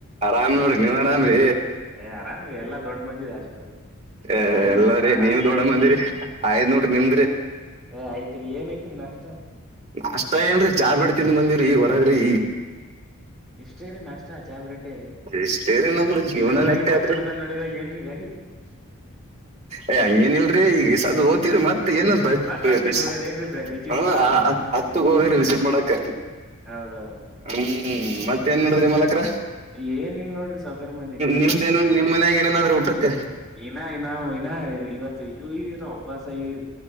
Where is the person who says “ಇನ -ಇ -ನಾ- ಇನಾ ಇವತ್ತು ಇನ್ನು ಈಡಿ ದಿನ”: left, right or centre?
Centre